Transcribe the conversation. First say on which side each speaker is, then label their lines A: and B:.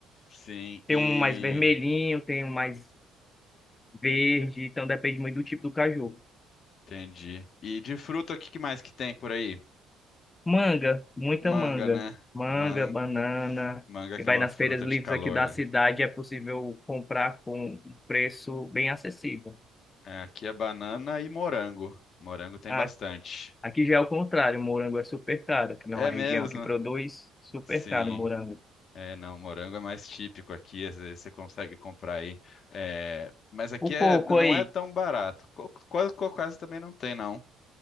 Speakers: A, on the left; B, on the left.
A: sim,
B: Tem
A: e
B: um mais vermelhinho, tem um mais verde, então depende muito do tipo do caju.
A: entendi. E de fruta, o que que mais que tem por aí?
B: Manga, muita
A: Manga,
B: manga.
A: né?
B: Manga,
A: Man...
B: banana.
A: Manga
B: E
A: que
B: vai
A: é uma
B: nas
A: fruta
B: feiras livres
A: de calor,
B: aqui da
A: né?
B: cidade, é possível comprar com um preço bem acessível.
A: É, aqui é banana e morango. Morango tem
B: A-
A: bastante.
B: Aqui já é o contrário, o morango é super caro, que não
A: É
B: é a
A: mesmo?
B: região que produz, super
A: Sim.
B: caro o morango.
A: É, não, morango é mais típico aqui, às vezes você consegue comprar aí. É, mas aqui
B: O coco
A: é, não
B: aí,
A: é tão barato. Quase, quase também não tem, não.